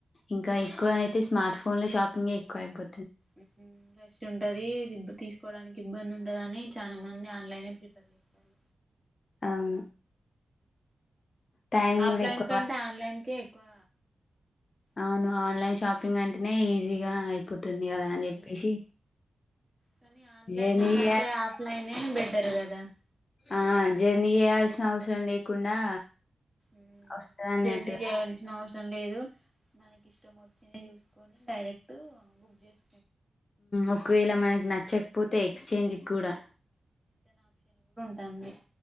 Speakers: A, on the left; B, in the centre.
A: ఇంకా
B: ఉ
A: ఎక్కువయితే
B: ఉ
A: స్మార్ట్ ఫో ఫోన్ లో షాపింగే ఎక్కువ అయిపో
B: ఉమ్ ఉ రష్ ష్ ఉంటది తీసుకోవడానికి ఇబ్బంది ఉంటదని చాలా మంది ఆన్లైన్ ప్రిపేర్ చేస్తారు
A: అవును టైం
B: ఆఫ్లైన్
A: కూడా ఎక్కువ
B: కంటే
A: ప
B: ఆన్లైన్కే ఎక్కువ
A: అవును
B: ఇస్తారు
A: ఆన్లైన్ షాపింగ్ అంటేనే ఈజీగా అయిపోతుంది కదా
B: ఉమ్.
A: అని చెప్పేసి
B: కానీ ఆన్లైన్
A: జర్నీ
B: కంటే
A: చేయాల్సిన
B: ఆఫ్ లైనే బెటర్ కదా
A: ఆ జర్నీ చేయాల్సిన అవసరం లేకుండా
B: ఉమ్
A: వస్తది అన్నట్టుగా
B: జర్న్ని చేయాల్సిన అవ టం లేదు మనకి ఇష్టం వచ్చింది చూసుకొని డైరెక్ట్ బుక్ చేస్
A: ఒకవేళ మనకి నచ్చకపోతే ఎక్స్చేంజ్ కూడా
B: తంది